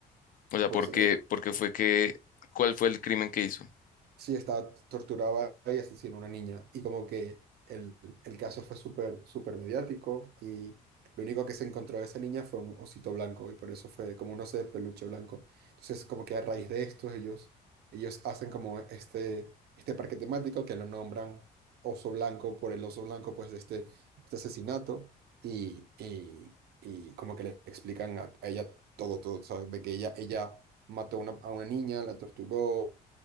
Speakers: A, on the left; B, on the right.
A: O sea,
B: Pues
A: ¿por
B: el,
A: qué, por qué fue que, cuál fue el crimen que hizo?
B: sí estaba torturaba y asesinó a una niña. Y como que el, el caso fue súper, súper mediático y lo único que se encontró de esa niña fue un osito blanco y por eso fue como un oso de peluche blanco. Entonces como que a raíz de esto ellos, ellos hacen como este, este parque temático que lo nombran oso blanco por el oso blanco pues de este, este asesinato y, y, y como que le explican a, a ella todo, todo, o sea, de que ella, ella mató a una, a una niña, la torturó